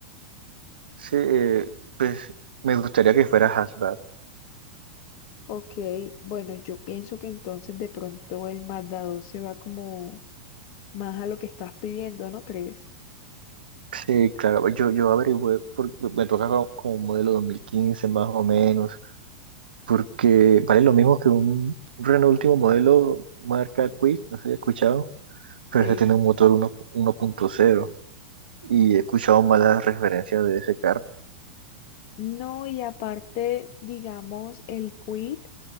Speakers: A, on the right; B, on the left.
A: sí, eh, pues me gustaría que fuera hatchback.
B: Ok, bueno, yo pienso que entonces de pronto el Mazda dos se va como más a lo que estás pidiendo, ¿no crees?
A: Sí, claro, yo, yo averigüé, por- me toca co- como un modelo 2015 más o menos, porque vale lo mismo que un Renault último modelo marca Kwid, no sé si he escuchado, pero
B: Sí.
A: ese tiene un motor 1 1.0 y he escuchado malas referencias de ese carro.
B: No, y aparte, digamos, el Quid